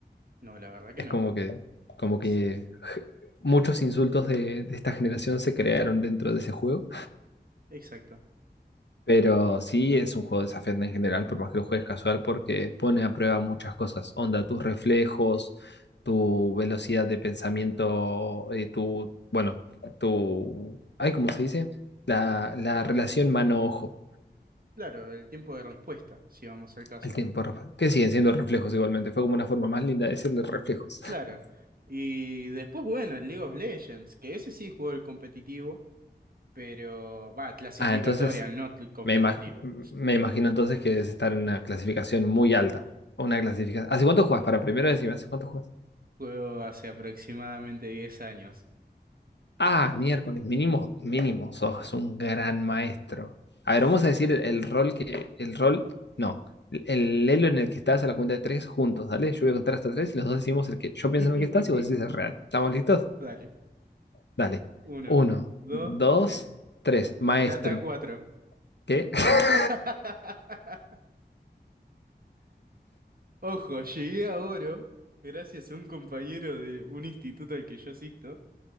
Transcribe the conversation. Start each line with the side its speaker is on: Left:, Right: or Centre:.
Right: No, la verdad que
Left: Es
Right: no.
Left: como que, como que
Right: S-
Left: muchos insultos de, de esta generación se crearon dentro de ese juego.
Right: Exacto.
Left: Pero sí es un juego desafiante en general, por más que lo juegues casual, porque pone a prueba muchas cosas. Onda, tus reflejos, tu velocidad de pensamiento, eh, tu, bueno, tu, ay, ¿cómo se dice? La, la relación mano-ojo,
Right: Claro, el tiempo de respuesta, si vamos al caso.
Left: el tiempo, ref- que siguen siendo reflejos igualmente. Fue como una forma más linda de decirle reflejos. <laughs>
Right: Claro. Y después, bueno, el League of Legends, que ese sí juego el competitivo, pero va, clasificatoria,
Left: Ah, entonces,
Right: no tl- competitivo.
Left: me, ima- me imagino entonces que debes estar en una clasificación muy alta. Una clasificación. ¿Hace cuánto juegas? Para primero decirme, ¿hace cuánto juegas?
Right: Juego hace aproximadamente diez años.
Left: Ah, miércoles, mínimo, mínimo, sos un gran maestro. A ver, vamos a decir el, el rol que, el rol, no, el el elo en el que estás a la cuenta de tres juntos, ¿dale? Yo voy a contar hasta tres y los dos decimos el que yo pienso
Right: <laughs>
Left: en el que estás y vos decís el real. ¿Estamos listos?
Right: Dale.
Left: Dale.
Right: Uno,
Left: Uno,
Right: dos,
Left: dos,
Right: tres.
Left: tres. Maestro.
Right: Plata cuatro.
Left: ¿Qué? <laughs>
Right: <laughs> Ojo, llegué a oro gracias a un compañero de un instituto al que yo asisto.